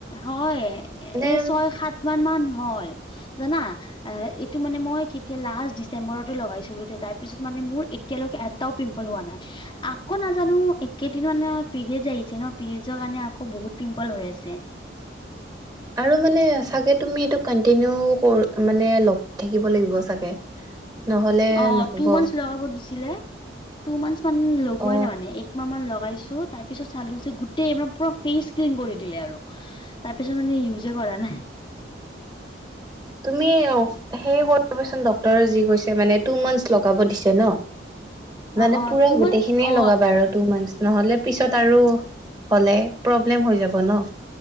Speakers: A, on the left; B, on the right.
A: হয়
B: মানে
A: এই ছয় সাত মান মান হ'ল জানা। এই এইটো মানে মই কেতিয়া লাষ্ট ডিচেম্বৰতে লগাইছিলো তাৰপিছত মানে মোৰ এতিয়ালৈকে এটাও পিম্পল হোৱা নাই। আকৌ নাজানো একেদিন মানে পিৰিয়ড আহিছে ন পিৰিয়ডৰ কাৰণে আকৌ বহুত পিম্পল হৈ আছে।
B: আৰু মানে চাগে তুমি এইটো কন্টিনিউ কৰ মানে লগ থাকিব লাগিব চাগে। <unintelligible>
A: অৱ
B: নহ'ব
A: অৱ টু মানছ লগাব দিছিলে। টু মান্থচ মানছ লগোৱাই
B: অ
A: নাই মানে একমাহ মান লগাইছো। তাৰ পিছত চালো যে গোটেই পুৰা ফেচ ক্লিন কৰি দিলে আৰু তাৰ পিছত মানে ইউজে কৰা নাই।
B: তুমি সেই কৰিবচোন ডক্তৰে যি কৈছে মানে টু মানছ লগাৱ দিছে ন
A: অ
B: মানে
A: অ
B: পুৰা
A: টু
B: গোটেই
A: মান্থচ
B: খিনিয়
A: অ
B: লগাবা আৰু টু মানছ নহ'লে পিছত আৰু হ'লে প্ৰব্লেম হৈ যাব ন।